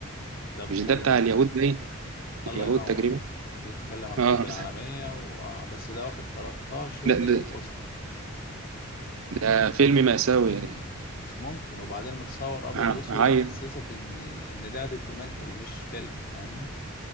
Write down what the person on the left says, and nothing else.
ده بيتكلم
على
الله
ينور
بيتكلم على الحرب
العالمية و... آه بس ده واخد 13
جائزة
اوسكار
مش ممكن وبعدين متصور ابيض
واسود
يحسسك ان ان ده دوكيومنتري مش فيلم فاهمني